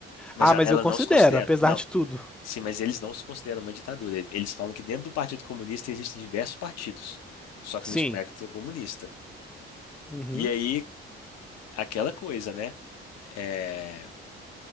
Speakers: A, on the left (about 60°); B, in the centre.
A: Mas
B: Ah,
A: a-
B: mas
A: ela
B: eu considero,
A: não se considera.
B: apesar
A: Não.
B: de tudo.
A: Sim, mas eles não se consideram uma ditadura. E- Eles falam que dentro do Partido Comunista existem diversos partidos, só
B: Sim.
A: que no espectro comunista.
B: Uhum.
A: E aí, aquela coisa, né? É,